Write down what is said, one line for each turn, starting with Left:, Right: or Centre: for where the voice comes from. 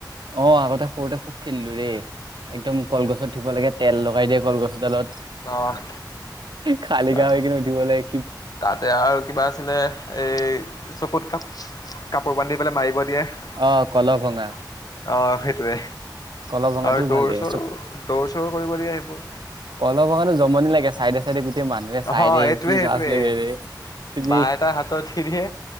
Right: অ আগতে সৰুতে সোব খেললোৰে। একদম কলগছত উথিব লাগে, তেল লগাই দিয়ে কলগছ <unintelligible> লত
Left: অঁ
Right: খালিকা
Left: তাত
Right: হৈ কিনে উঠিবলৈাগ
Left: তাতে আৰু কিবা আছিলে, এই চকুত কাপ। কাপোৰ বান্ধি পেলাই মাৰিব- <unintelligible>
Right: অ কল ভঙা
Left: অ সেইটোৱে
Right: কল ভঙাটোও
Left: আৰু দৌৰ
Right: ভাল লাগে
Left: চৰ-দৌৰ চৰ কৰিব বেয়া সেইবোৰৰ
Right: কলত বগুৱাটো জমনি লাগে চাইডে চাইডে গোটেই মানুহে চাই
Left: অহ
Right: দেই
Left: এইটোৱে
Right: কি
Left: সেইটোৱে
Right: লাজ। লে তুমি
Left: বাঁহ এটা হাতত দি দিয়ে